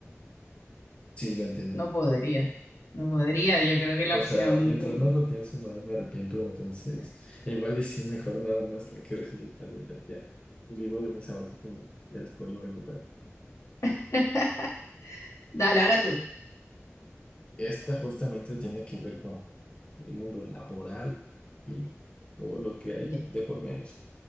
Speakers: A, on the left; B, on the left.
A: Sí, lo entiendo.
B: No podría, no podría, yo creo que la
A: O
B: opción...
A: sea, mientras
B: uno.
A: más lo pienso, más me arrepiento. Entonces, igual y sí, mejor nada más me quedo sin internet. Ya vivo de mis abajo, ya después lo recupero.
B: <laughs> Dale, ahora tú.
A: Esta justamente tiene que ver con el mundo laboral y todo lo que hay
B: Ya.
A: de por medio.